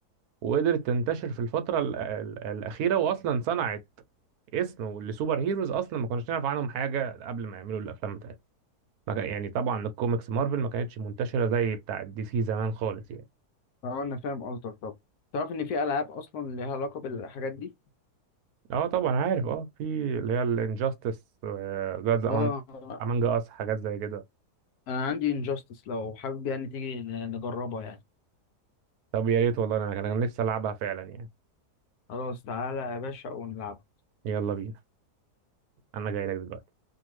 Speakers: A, on the right (about 70°); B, on the left (about 75°).
A: وقدرت تنتشر في الفترة ال- ال- الأخيرة وأصلا صنعت اسم لسوبر هيروز أصلا ما كناش نعرف عنهم حاجة قبل ما يعملوا الأفلام بتاعتهم ما كان- يعني طبعا الكوميكس مارفل ما كانتش منتشرة زي بتاعة دي سي زمان خالص يعني
B: اه انا فاهم قصدك طب تعرف ان في العاب اصلا ليها علاقه بالحاجات دي
A: اه طبعا عارف اه في اللي هي الانجاستس جاد امانج
B: اه
A: امانج اس حاجات زي كده
B: انا عندي انجاستس لو حابب يعني تيجي نجربها يعني
A: طب يا ريت والله انا كان أنا نفسي العبها فعلا يعني
B: خلاص تعالى يا باشا ونلعب
A: يلا بينا انا جاي لك دلوقتي